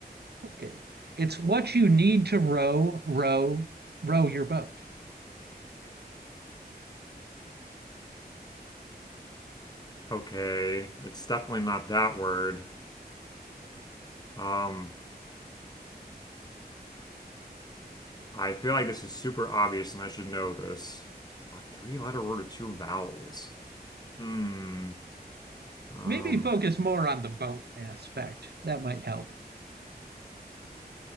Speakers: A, on the right (about 75°); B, on the left (about 25°).
A: Okay. It's what you need to row, row, row your boat.
B: Okay. It's definitely not that word. Um, I feel like this is super obvious and I should know this. A three letter word with two vowels. Hmm. Um,
A: Maybe focus more on the boat aspect. That might help.